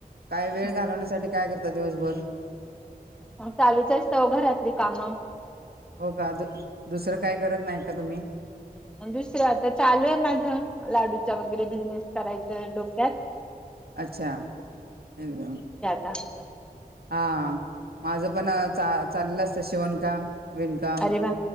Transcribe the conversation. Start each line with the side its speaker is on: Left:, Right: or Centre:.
Right: काय वेळ
Centre: हं.
Right: घालवण्यासाठी काय करता दिवसभर.
Centre: चालूच असताव घरातली कामं.
Right: हो का दुसरं काय करत नाही का तुम्ही.
Centre: दुसरं आता चालू आहे माझ लाडूचा वगैरे बिझनेस. करायचंय डोक्यात.
Right: अच्छा. <unintelligible>
Centre: <unintelligible>
Right: हा माझं पण चाललं असतं शिवणकाम. विणकाम
Centre: अरे वा!